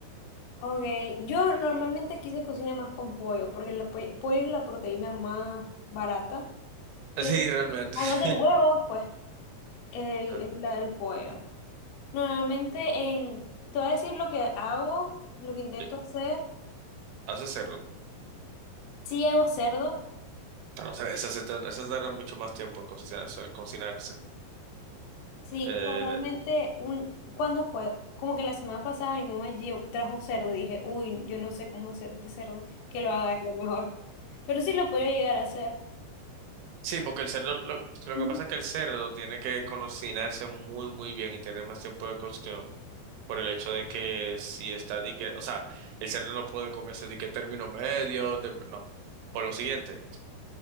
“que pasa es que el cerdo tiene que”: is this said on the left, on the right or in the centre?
Right